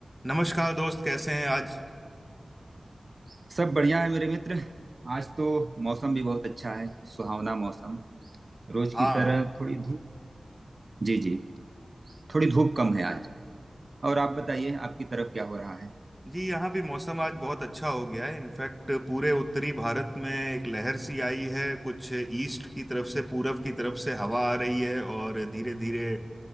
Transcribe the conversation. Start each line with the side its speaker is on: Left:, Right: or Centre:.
Centre: नमस्कार दोस्त कैसे हैं आज
Right: सब बढ़िया है मेरे मित्र आज तो मौसम भी बहुत अच्छा है सुहावना मौसम रोज
Centre: हाँ
Right: की तरह थोड़ी धूप जी जी थोड़ी धूप कम है आज और आप बताइए आपकी तरफ क्या हो रहा है
Centre: जी यहाँ भी मौसम आज बहुत अच्छा हो गया है इनफैक्ट पूरे उत्तरी भारत में एक लहर सी आई है कुछ ईस्ट की तरफ से पूरब की तरफ से हवा आ रही है और धीरे धीरे